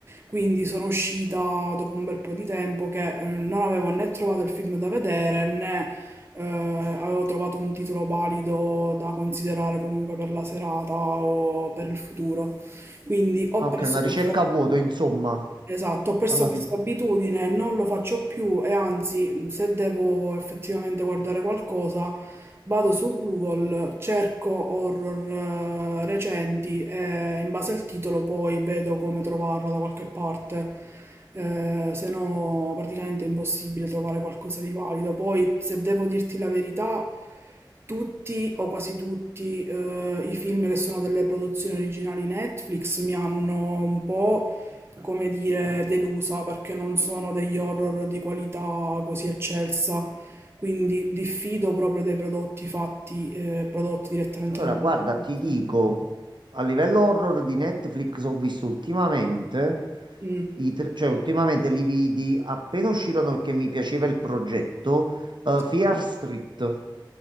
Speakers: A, on the right (about 30°); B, on the right (about 65°).
A: Quindi sono uscita dopo un bel po' di tempo che eh, non avevo né trovato il film da vedere né eh, avevo trovato un titolo valido da considerare comunque per la serata o per il futuro. Quindi ho
B: Ah,
A: perso
B: Ok, una
A: questa...
B: ricerca a vuoto, insomma,
A: Esatto, ho perso
B: alla
A: questa
B: fine.
A: abitudine, non lo faccio più e anzi, se devo effettivamente guardare qualcosa, vado su Google, cerco horror eh, recenti e in base al titolo poi vedo come trovarlo da qualche parte. Eh, se no, praticamente è impossibile trovare qualcosa di valido. Poi, se devo dirti la verità, tutti o quasi tutti eh, i film che sono delle produzioni originali Netflix mi hanno un po' come dire, delusa perché non sono degli horror di qualità così eccelsa, quindi diffido proprio dei prodotti fatti, eh, prodotti direttamente
B: Allora,
A: da Netflix.
B: guarda, ti dico, a livello horror di Netflix ho visto ultimamente,
A: Mm,
B: i tre- cioè ultimamente li vidi appena uscirono perché mi piaceva il progetto, eh, Fear
A: sì.
B: Street.